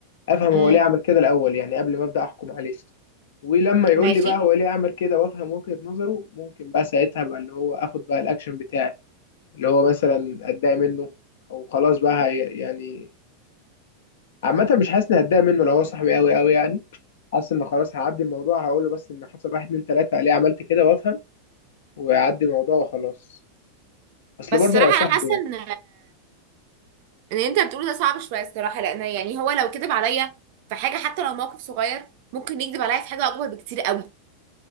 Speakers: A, on the left (about 70°); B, on the right (about 40°).
A: افهم
B: امم
A: هو ليه عمل كده الاول يعني قبل ما ابدا احكم عليه ولما يقول
B: ماشي
A: لي بقى هو ليه عمل كده وافهم وجهة نظره ممكن بقى ساعتها بقى اللي هو اخد بقى الاكشن بتاعي اللي هو مثلا اتضايق منه او خلاص بقى هي- يعني عامه مش حاسس اني هتضايق منه لو هو صاحبي قوي قوي يعني حاسس ان خلاص هعدي الموضوع هقول له بس ان حصل واحد اتنين تلاته ليه عملت كده وافهم ويعدي الموضوع وخلاص اصل
B: بس
A: برضه
B: صراحه
A: هو صاحبي
B: انا حاسه
A: يعني
B: ان اللي انت بتقوله ده صعب شويه الصراحه لان يعني هو لو كذب عليا في حاجه حتى لو موقف صغير ممكن يكذب عليا في حاجه اكبر بكتير قوي